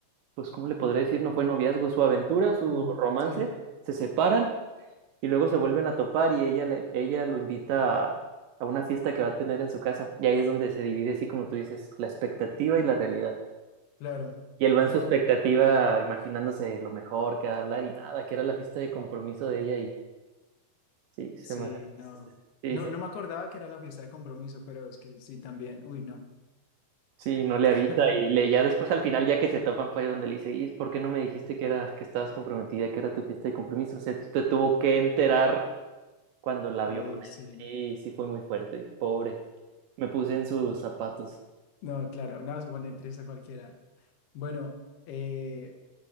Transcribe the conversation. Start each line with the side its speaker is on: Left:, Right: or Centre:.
Right: pues, ¿cómo le podré decir? No fue noviazgo, su aventura, su
Left: Mm,
Right: romance,
Left: Sí,
Right: se separan y luego se vuelven a topar y ella, le- ella lo invita a, a una fiesta que va a tener en su casa y ahí es donde se divide, así como tú dices, la expectativa y la realidad.
Left: claro.
Right: Y él va
Left: No,
Right: en su expectativa imaginándose lo mejor que va a hablar y nada, que era la fiesta de compromiso de ella y Sí, se
Left: sí,
Right: me hace-
Left: no.
Right: Sí,
Left: No,
Right: se-
Left: no me acordaba que era la fiesta de compromiso, pero es que sí también. Uy, no.
Right: sí, no le
Left: <laughs>
Right: avisa y le, ya después al final, ya que se topan, fue donde le dice, ¿y por qué no me dijiste que era, que estabas comprometida, que era tu fiesta de compromiso? Se te tuvo que enterar cuando la
Left: Ay,
Right: vio con
Left: sí.
Right: él. y sí fue muy fuerte, dije, pobre, me puse en sus zapatos.
Left: No, claro, nada, se pone triste a cualquiera. Bueno, eh,